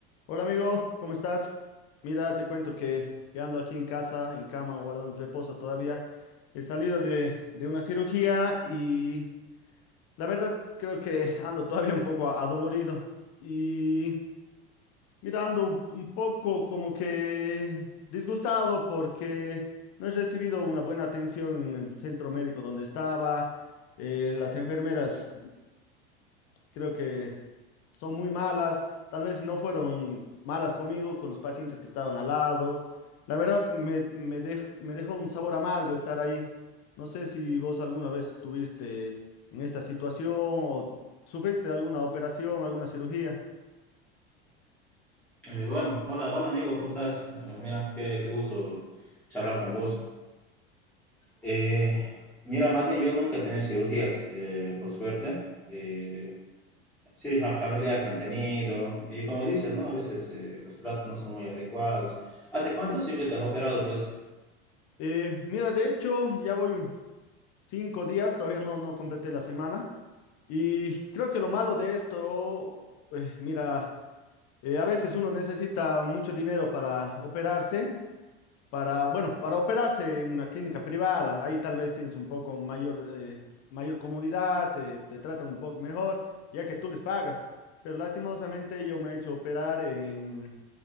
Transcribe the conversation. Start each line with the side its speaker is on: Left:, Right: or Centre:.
Left: Hola amigo, ¿cómo estás? Mira, te cuento que, que ando aquí en casa, en cama, guardando reposo todavía. He salido de, de una cirugía y la verdad creo que <laughs> ando todavía un poco a- adolorido. Y mira, ando un, un poco como que disgustado porque no he recibido una buena atención en el centro médico donde estaba. Eh, las enfermeras creo que son muy malas, tal vez si no fueron malas conmigo, con los pacientes que estaban al lado. La verdad, me, me, dej- me dejó un sabor amargo estar ahí. No sé si vos alguna vez estuviste en esta situación o sufriste alguna operación, alguna cirugía.
Centre: Eh, bueno, hola, hola amigo, ¿cómo estás? Eh, mira, qué, qué gusto charlar con vos. Eh, mira, más bien yo nunca he tenido cirugías, eh, por suerte. Eh, sí, fa- familiares han tenido, y como dices, ¿no? A veces eh, los tratos no son muy adecuados. ¿Hace cuánto sí que te has operado, pues?
Left: Eh, mira, de hecho, ya voy cinco días, todavía no, no completé la semana. Y creo que lo malo de esto, eh, mira, eh, a veces uno necesita mucho dinero para operarse para, bueno, para operarse en una clínica privada. Ahí tal vez tienes un poco mayor, eh, mayor comodidad, te, te tratan un poco mejor, ya que tú les pagas. Pero lastimosamente yo me he hecho operar en,